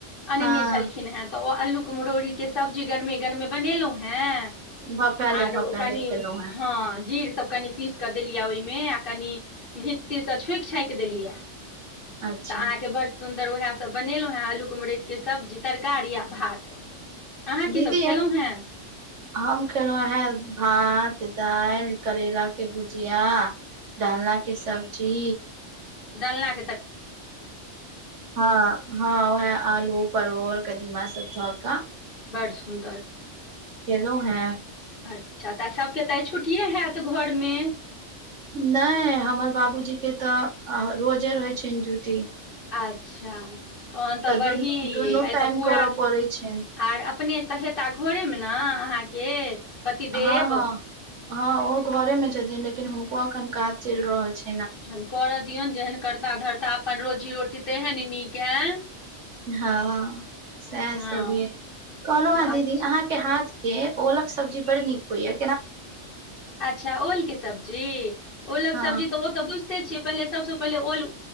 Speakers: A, on the left (about 50°); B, on the right (about 85°).
A: अनने
B: हँ
A: छलखिन हेँ तऽ ओ आल्ूके मरौड़ीके सब्जी गरमे गरमे बनेलहुं हेँ
B: भपैले
A: आर ओकनी
B: भपैले खेलहुं हें
A: हँ जीर सभ कनि पीस कऽ देलियै ओहिमे आ कनि घितटीसँ छोंकि छाँकि देलियै
B: अच्छा
A: तऽ अहाँके बढ़ सुन्दर उएहसभ बनेलहुँ हेँ आलूके मरट के सब्जी तरकारी आ भात अहाँ की
B: दीदी
A: सब खेलहुँ हेँ
B: हम खेलहु हें भात दालि करैला के भुजिया डालना के सब्जी
A: डालनाे
B: हँ हँ वै आलू परोर कदीमा सब ध का
A: बड़ सुन्दर
B: चेलो हैं
A: अच्छा तऽ सभके तऽ छुट्टिे होयत घरमे
B: नहि हमर बाबूजी के तऽ रोजे रहै छैनि जुति
A: अच्छा तहन तऽ बढ़िए
B: दुनू
A: य
B: दुनू
A: आइ
B: टाइम
A: तऽ पूरा
B: करऽ पड़ै छनि
A: आर अपने तऽ हेता घरेमे ने अहाँके पतिदेव
B: हँ हँ हँ ओहो घरे में छथिन लेकिन हुनको अखन काज चलि रहल छै।
A: एखन करय दियौन जेहन करता धरता अपन रोजी रोटी तेहे ने नीक है
B: हँ सएह
A: हँ
B: सब ये कहलहु हँं दीदी
A: अच्छा
B: अहाँके हाथ के ओऔलक सब्जी बड़ी नीक होईए
A: अच्छा ओल के सब्जी ओलक
B: हँ
A: सब्जी तऽ ओ तऽ बुझ ते छिय पहिले सबसँ पहिले ओल